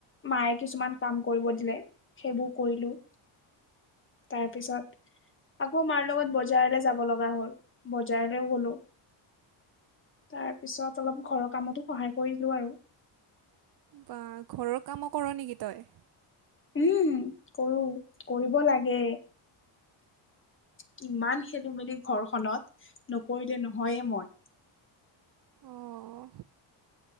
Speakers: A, on the left (about 25°); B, on the right (about 50°).
A: মায়ে কিছুমান কাম কৰিব দিলে, সেইবোৰ কৰিলো। তাৰপিছত আকৌ মাৰ লগত বজাৰলে যাব লগা হ'ল, বজাৰলৈও গলো। তাৰপিছত অলপ ঘৰৰ কামতো সহায় কৰিলো আৰু।
B: বা ঘৰৰ কামো কৰ নেকি তই!
A: উম কৰো কৰিব লাগে। কিমান খেলি মেলি ঘৰখনত নকৰিলে নহয়ে মই।
B: অঁ